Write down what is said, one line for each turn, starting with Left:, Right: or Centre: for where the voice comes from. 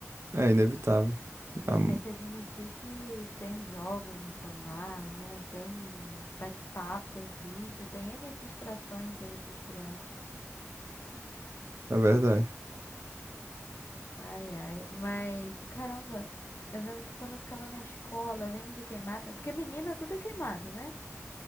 Right: É inevitável.
Left: A
Right: Ah,
Left: gente tem que admitir que tem jogos no celular, né? Tem bate-papo, tem vídeo, tem N distrações aí para as crianças.
Right: É verdade.
Left: Ai, ai. Mas, caramba, eu lembro que quando eu ficava na escola, além de queimada, porque menina tudo é queimado, né?